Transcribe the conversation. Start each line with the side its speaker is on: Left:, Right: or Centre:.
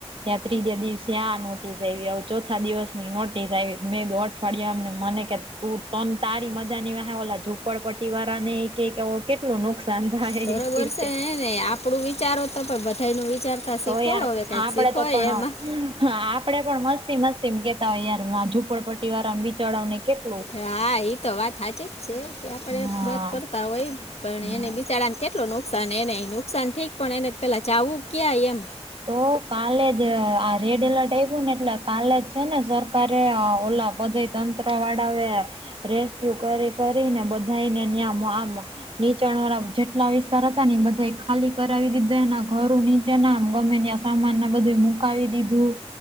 Right: ત્યાં ત્રીજે દિવસે આ નોટિસ આવી આવ. ચોથા દિવસની નોટિસ આવી મેં અઠવાડિયામને મને કે તું તન તારી મજાની વા ઓલા. પડપટ્ટટી વાળા કે કેટલું નુકસાન થાય
Left: બરોબર
Right: એક
Left: છે ને આપણું વિચારો તો પણ બધાયનું વિચારતા શીખો
Right: તો યાર
Left: હવે કંઈક
Right: આપડે
Left: શીખો
Right: તો પણ
Left: એમાં
Right: હા આપડે પણ મસ્તી મસ્તી કેતા હોય યાર ઝપડપટ્ટી વાળા બચળ ને કેટ
Left: હા એ તો વાત સાચી જ છે કે આપણે
Right: હા
Left: વાત કરતા હોય. પણ
Right: હા
Left: એને બિચારડાને કેટલો નુકસાન એને નુકસાન ઠક પણ એને પેલા ચાવું ક્યાંય એમ
Right: તો કાલે જ આ રેડ એલર્ટ આવ્યું ને એટલે કાલે જ છે ને સરકારે ઓલા બધા તંત્ર વાળા એ રેસ્ક્યુ કરી કરીને બધાને ન્યામ આમ નીચાણ વાળા જેટલા વિસ્તાર હતા ને બધા ખાલી કરાવી દીધા એના ઘર નીચેના ગમે સામાન ના બધું મુકાવી દીધું.